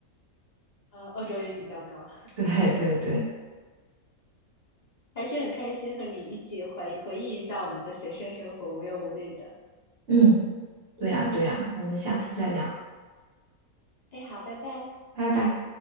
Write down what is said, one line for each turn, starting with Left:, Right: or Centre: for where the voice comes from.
Left: 呃，欧洲也比较高。
Right: <laughs> 对对对，
Left: 还是很开心和你一起回回忆一下我们的学生生活，无忧无虑的。
Right: 嗯，对呀对呀，我们下次再聊，
Left: 哎，好，拜拜。
Right: 拜拜。